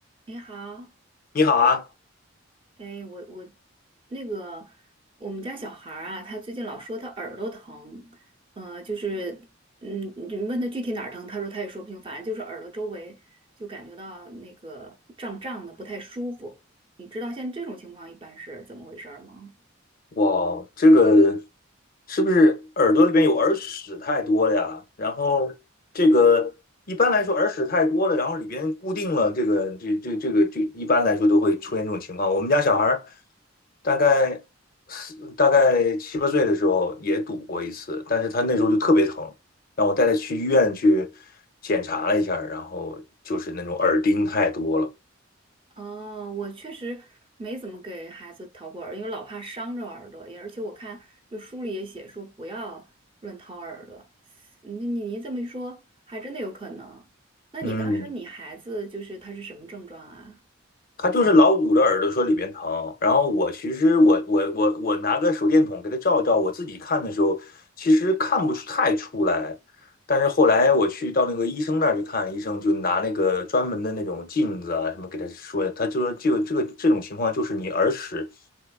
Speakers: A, on the right; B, on the left.
A: 你好，
B: 你好啊，
A: 哎，我我那个我们家小孩儿啊，他最近老说他耳朵疼，呃，就是嗯，你问他具体哪儿疼，他说他也说不清，反正就是耳朵周围就感觉到那个胀胀的，不太舒服。你知道像这种情况一般是怎么回事儿吗？
B: 哇，这个是不是耳朵里边有耳屎太多了呀？然后这个一般来说耳屎太多了，然后里边固定了这个这这这个这一般来说都会出现这种情况。我们家小孩儿大概四大概七八岁的时候也堵过一次，但是他那时候就特别疼，让我带他去医院去检查了一下儿然后就是那种耳钉太多了。
A: 哦，我确实没怎么给孩子掏过耳，因为老怕伤着耳朵也，而且我看就书里也写说不要乱掏耳朵。嗯你你你这么一说，还真的有可能。那你当时你孩子就是他是什么症状啊？
B: 嗯，他就是老捂着耳朵说里边疼，然后我其实我我我我拿个手电筒给他照一照，我自己看的时候其实看不出太出来，但是后来我去到那个医生那儿去看，医生就拿那个专门的那种镜子啊什么给他说，他就说就这个这种情况就是你耳屎，